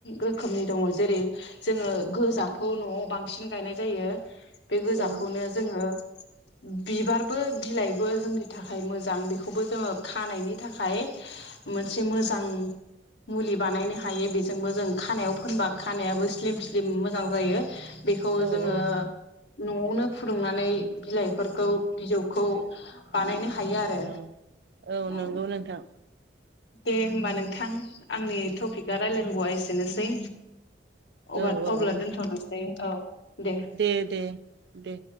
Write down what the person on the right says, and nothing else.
औ
औ
औ
औ
नंगौ नोंथां
औ औ
औ
दे दे दे